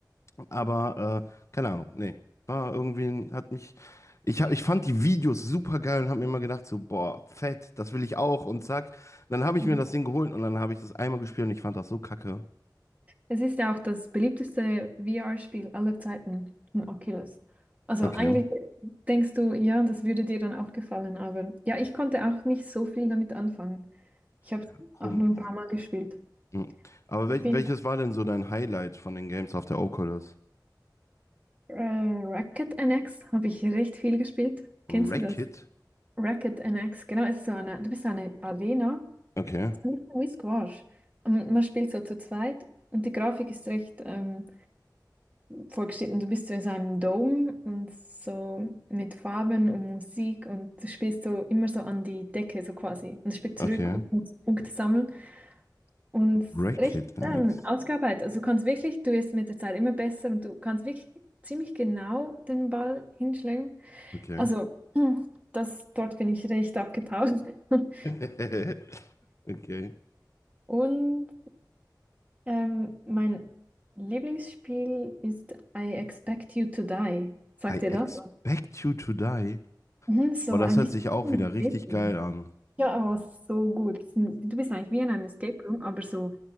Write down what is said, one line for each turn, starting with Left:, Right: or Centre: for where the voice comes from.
Left: Aber äh, keine Ahnung, nee. War irgendwie, ein- hat mich. Ich, hab, ich fand die Videos super geil und habe mir immer gedacht, so, boah, fett, das will ich auch. Und zack. Dann habe ich
Right: Mhm.
Left: mir das Ding geholt und dann habe ich das einmal gespielt und ich fand das so kacke.
Right: Es ist ja auch das beliebteste VR-Spiel aller Zeiten, ein Oculus. Also
Left: Okay.
Right: eigentlich denkst du, ja, das würde dir dann auch gefallen, aber ja, ich konnte auch nicht so viel damit anfangen. Ich habe
Left: Ja,
Right: es
Left: komisch.
Right: auch nur ein paar Mal gespielt.
Left: Hm. Aber
Right: Ich
Left: wel
Right: finde,
Left: welches war denn so dein Highlight von den Games auf der Oculus?
Right: äh, Racket NX habe ich recht viel gespielt. Kennst
Left: Wreck-It?
Right: du das? Racket NX, genau, es ist so eine, du bist so eine Arena,
Left: Okay.
Right: es ist nicht so wie Squash. Und man spielt so zu zweit und die Grafik ist recht, ähm, vorgestellt und du bist so in so einem Dome und so mit Farben und Musik und du spielst so immer so an die Decke so quasi und spielst
Left: Okay.
Right: zurück und musst Punkte sammeln und
Left: Wreck-It
Right: recht
Left: NX.
Right: ähm, ausgearbeitet. Also du kannst wirklich, du wirst mit der Zeit immer besser und du kannst wirklich ziemlich genau den Ball hinschlagen.
Left: Okay.
Right: Also das, dort bin ich recht abgetaucht. <laughs>
Left: <laughs> Okay.
Right: Und ähm, mein Lieblingsspiel ist I Expect You to Die. Sagt
Left: I
Right: ihr
Left: expect
Right: das?
Left: you to die.
Right: Mhm, so
Left: Boah, das
Right: ein
Left: hört
Right: bisschen
Left: sich auch
Right: wie ein
Left: wieder richtig
Right: Escape
Left: geil
Right: Room.
Left: an.
Right: Ja, aber so gut. Du bist eigentlich wie in einem Escape Room, aber so